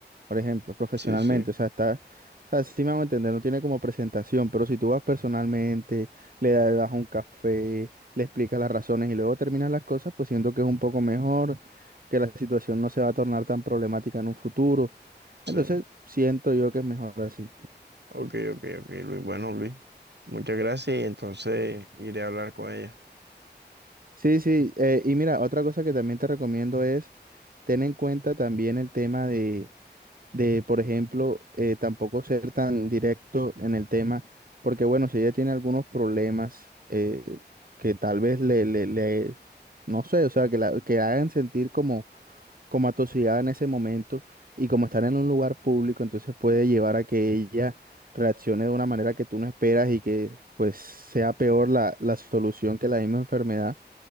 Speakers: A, on the right; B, on the right.
A: por ejemplo, profesionalmente,
B: sí, sí,
A: o sea, está, o sea, sí me van a entender, no tiene como presentación, pero si tú vas personalmente, le das un café, le explicas las razones y luego terminas las cosas, pues siento que es un poco mejor, que la situación no se va a tornar tan problemática en un futuro
B: sí.
A: entonces, siento yo que es mejor así.
B: Ok, ok, ok, Luis. Bueno, Luis, muchas gracias y entonces iré a hablar con ella.
A: Sí, sí, eh, y mira, otra cosa que también te recomiendo es ten en cuenta también el tema de, de por ejemplo, eh, tampoco ser tan directo en el tema, porque bueno, si ella tiene algunos problemas eh, que tal vez le, le, le- no sé, o sea, que la, que hagan sentir como como atosigada en ese momento y como estar en un lugar público, entonces puede llevar a que ella reaccione de una manera que tú no esperas y que pues sea peor la, la solución que la misma enfermedad.